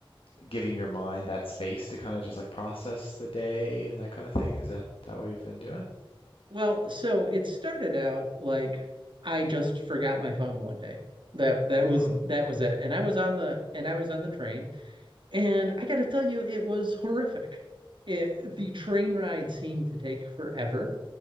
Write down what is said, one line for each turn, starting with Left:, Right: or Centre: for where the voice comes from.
Left: giving your mind that space to kind of just like process the day and that kind of thing? Is that that what you've been doing?
Right: Well, so it started out like I just forgot my phone one day. That that
Left: hmm
Right: was that was it. And I was on the and I was on the train, and I got to tell you, it was horrific. It, the train ride seemed to take forever,